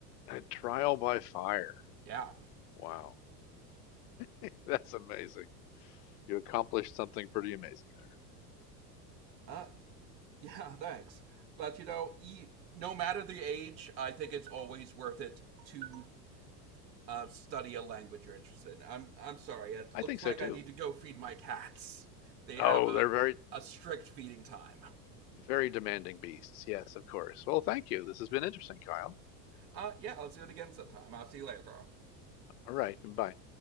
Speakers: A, on the left; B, on the right.
A: a trial by fire.
B: <laughs> yeah.
A: Wow. <laughs> That's amazing. You accomplished something pretty amazing there.
B: Uh, Yeah, <laughs> thanks. But you know, e- no matter the age, I think it's always worth it to uh, study a language you're interested in. I'm I'm sorry. It
A: I
B: looks
A: think so
B: like
A: too.
B: I need to go feed my cats. They
A: Oh,
B: have a
A: they're very,
B: a strict feeding time.
A: very demanding beasts. Yes, of course. Well, thank you. This has been interesting, Kyle.
B: Uh, yeah, let's do it again sometime. I'll see you later, Carl.
A: All right, bye.